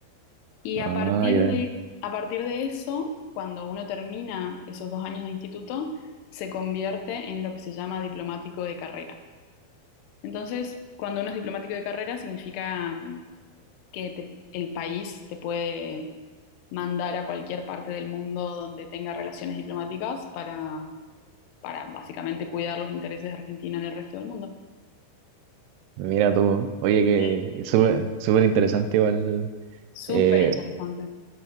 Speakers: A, on the left; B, on the right.
A: Y
B: Ah,
A: a partir
B: gran.
A: de, a partir de eso, cuando uno termina esos dos años de instituto, se convierte en lo que se llama diplomático de carrera. Entonces, cuando uno es diplomático de carrera, significa mm, que te- el país te puede mandar a cualquier parte del mundo donde tenga relaciones diplomáticas para, para básicamente cuidar los intereses de Argentina en el resto del mundo.
B: Mira tú. Oye, que
A: Sí.
B: súper, súper interesante igual.
A: Súper
B: Eh,
A: interesante.